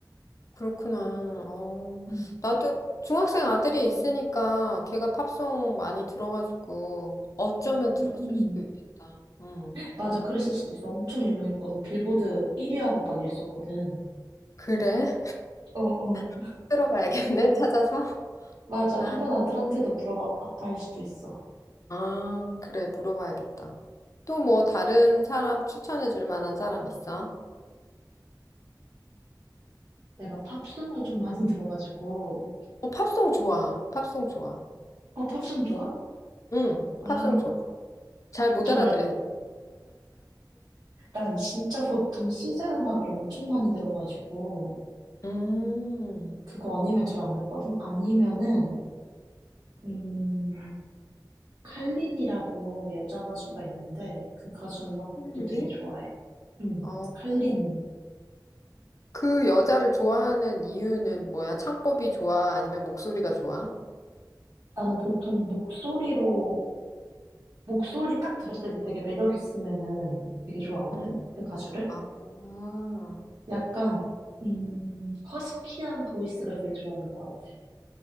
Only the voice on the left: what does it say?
그렇구나. 어,
나도 중학생 아들이 있으니까 걔가 팝송 많이 들어가지고 어쩌면 들었을
수도 있겠다. 음,
그래?
<laughs> 들어가야겠네, 찾아서.
아.
아, 그래, 물어봐야겠다. 또 뭐 다른 사람 추천해 줄 만한 사람 있어?
어, 팝송 좋아. 팝송 좋아.
응,
팝송 좋아. 잘 못
알아들으니.
음,
힐리?
어,
어. 그 여자를 좋아하는 이유는 뭐야? 창법이 좋아? 아니면 목소리가 좋아?
응.
아, 아,